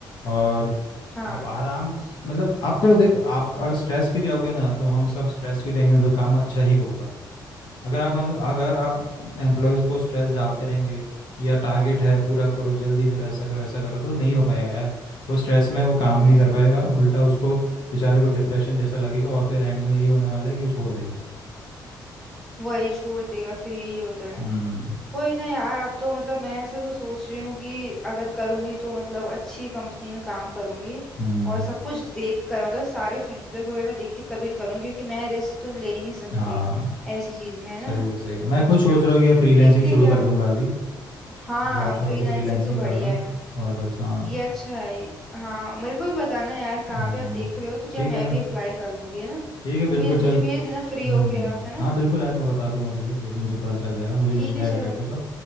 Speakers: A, on the left; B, in the centre.
A: और
B: हाँ
A: आप आराम से- मतलब आपको देख आप अगर स्ट्रेस फ्री रहोगे ना तो हम सब स्ट्रेस फ्री रहेंगे ना तो काम अच्छा ही होगा अगर आप हम अगर आप एम्प्लॉयज़ को स्ट्रेस डालते रहेंगे कि यार टारगेट है पूरा करो जल्दी करो ऐसा करो ऐसा करो तो नहीं हो पाएगा यार वो स्ट्रेस में वो काम
B: हम्म
A: नहीं कर पाएगा उल्टा उसको बेचारे को डिप्रेशन जैसा लगेगा और फिर एंड में यही होने वाला है कि वो छोड़ देगा
B: वही छोड़ देगा फिर यही होता है
A: हम्म
B: कोई ना यार अब तो मतलब मैं ऐसा तो सोच रही हूँ कि अगर करूंगी तो मतलब अच्छी कंपनी में काम करूंगी
A: हम्म
B: और सब कुछ देख कर मतलब सारे फीडबैक वगैरह देख के तभी करूँ क्योंकि मैं रिस्क तो ले ही नहीं सकती
A: हाँ
B: ऐसी चीज में है ना
A: सही है सही है मैं खुद सोच रहा हूँ कि फ्रीलैंसिंग
B: देखते
A: शुरू
B: क्या
A: कर दूंगा अभी
B: हाँ
A: जॉब
B: फ्रीलांसिंग
A: छोड़ के फ्रीलैंसिंग
B: तो बढ़िया
A: करना
B: है
A: और बस हाँ
B: ये अच्छा है हाँ मेरे को भी बताना यार कहाँ
A: हम्म
B: पे आप देख रहे हो तो क्या
A: ठीक
B: मैं
A: है ना
B: भी अप्लाई कर दूंगी है ना
A: ठीक है
B: तो
A: बिल्कुल
B: मे-
A: चल
B: मुझे भेज देना फ्री
A: हम्म
B: होके आप है ना
A: हाँ बिल्कुल आज मैं बता दूंगा तुझे जब मुझे पता चल जाएगा मुझे
B: ठीक
A: मिल जाएगा
B: है चलो
A: कहीं पे तो